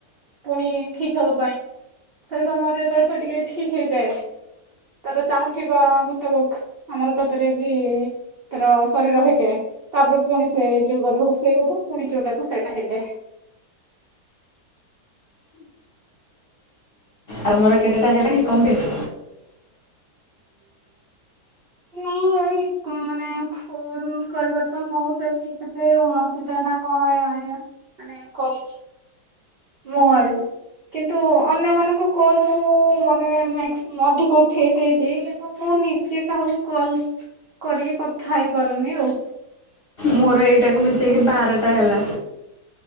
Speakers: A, on the right; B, on the left.
A: ପୁଣି ଠିକ ହବା ପାଇଁ ସେ ସମୟରେ ଯେତେବେଳେ ସେ ଟିକେ ଠିକ ହେଇଯାଏ ତାର ଚାହୁଁଥିବା ମୁତାବକ ଆମର କପରେ କି ତାର ଶରୀର ହେଇଯାଏ ତାପରେ ପୁଣି ସେ ଯୋଉ ଗଧକୁ ସେ ଗଧ ପୁଣି ଯୋଉଟାକୁ ସେଇଟା ହେଇଯାଏ।
B: ଆମର କେତେଟା ହେଲାଣି କମ୍ପ୍ଲିଟ୍।
A: ମୁଁ ମାନେ ଫୋନ କରିବା ତ ମୁଁ ସେଇ କେତେ ଉଣସିଟା ନା କଣ ଏ ମାନେ କରିଛି ମୋ ଆଡୁ କିନ୍ତୁ ଅନ୍ୟମାନଙ୍କୁ କଲ୍ ମୁଁ ମାନେ ମ୍ୟାକ୍ ଅଧିକ ଉଠେଇ ଦେଇଛି କିନ୍ତୁ ମୁଁ ନିଜେ କାହାକୁ କଲ କରିକି କଥା ହେଇପାରୁନି ଆଉ।
B: ମୋର ଏଇଟାକୁ ମିଶେଇକି ବାରଟା ହେଲା